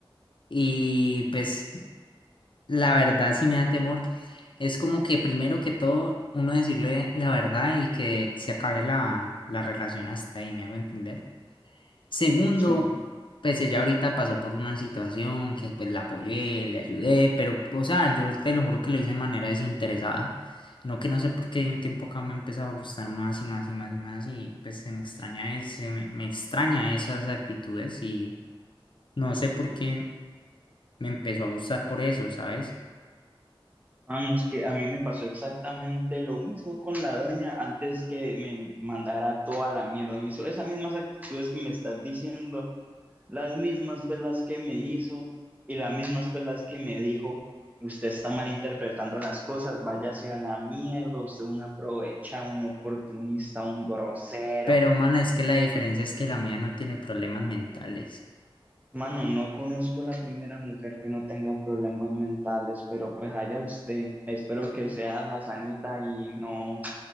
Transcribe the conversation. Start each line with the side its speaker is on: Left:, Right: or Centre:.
Left: y pues la verdad sí me da temor, es como que primero que todo uno decirle la verdad y que se acabe la, la relación hasta ahí, me hago entender. Segundo,
Right: Sí.
Left: pues ella ahorita pasó por una situación que pues la apoyé, le ayudé, pero o sea, yo te lo juro que lo hice de manera desinteresada. No que no sé por qué de un tiempo acá me ha empezado a gustar más y más y más y más y pues se me extraña, es- se me, me extraña esas actitudes y... No sé por qué me empezó a gustar por eso, ¿sabes?
Right: Ah, no, es que a mí me pasó exactamente lo mismo con la doña antes que me mandara toda la mierda. Me hizo esas mismas actitudes que me estás diciendo, las mismas fue las que me hizo y las mismas fue las que me dijo, usted está malinterpretando las cosas, váyase a la mierda, usted es un aprovechado, un oportunista, un grosero.
Left: Pero, mano, es que la diferencia es que la mía no tiene problemas mentales.
Right: Mano, no conozco la primera mujer que no tenga problemas mentales, pero pues allá usted. Espero que sea la sanita y no